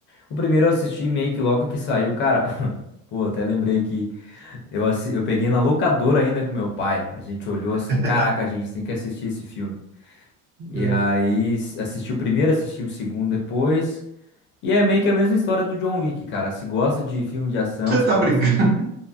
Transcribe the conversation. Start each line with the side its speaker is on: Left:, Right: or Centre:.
Left: O primeiro eu assisti meio que logo que saiu. Cara, <laughs> pô, até lembrei que eu, assi- eu peguei na locadora ainda com meu pai. A gente olhou assim,
Right: <laughs>
Left: caraca, a gente tem que assistir esse filme. E
Right: É.
Left: aí s- assisti o primeiro, assisti o segundo depois. E é meio que a mesma história do John Wick, cara. Se gosta de filme de ação,
Right: Você
Left: se
Right: tá
Left: gosta
Right: brincando?
Left: de...